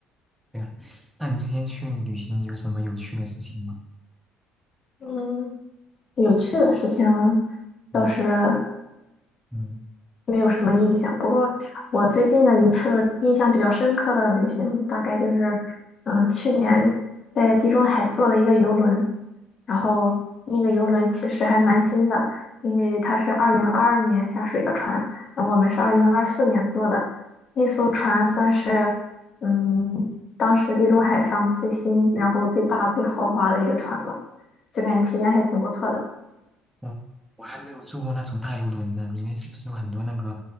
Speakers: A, in the centre; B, on the left.
A: 对呀。那你之前去旅行有什么有趣的事情吗？
B: 嗯，有趣的事情倒是
A: 嗯嗯，
B: 没有什么印象。不过我最近的一次印象比较深刻的旅行，大概就是，嗯，去年在地中海坐了一个游轮，然后那个游轮其实还蛮新的，因为它是二零二二年下水的船，然后我们是二零二四年坐的，那艘船算是，嗯，当时地中海上最新，然后最大、最豪华的一个船了，就感觉体验还挺不错的。
A: 我我还没有坐过那种大游轮呢，里面是不是有很多那个